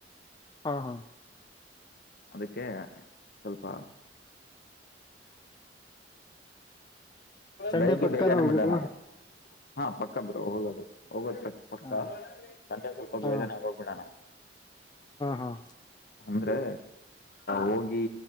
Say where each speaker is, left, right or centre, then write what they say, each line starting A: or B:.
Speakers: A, on the left; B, on the left.
A: ಹಾ ಹಾ
B: ಅದಕ್ಕೆ ಸ್ವಲ್ಪ
A: ಸಂಡೆ
B: ಬೆಳಿಗ್ಗೆ
A: ಪಕ್ಕದ
B: ಬೇಗನೆ
A: ಹೋಗುದು
B: ಬಿಡೋಣ ಹಾ ಪಕ್ಕ ಬರು ಹೋಗೋದು ಹೋಗೋದ್ ಪಕ್ಕ ಪಕ್ಕ
A: ಹಾ
B: ತಟೆ ಸ್ವಲ್ಪ
A: ಹಾ
B: ಬೇಗನೆ ಹೋಗ್ಬಿಡಣ
A: ಹಾ
B: ಅಂದ್ರೆ ಹೋಗಿ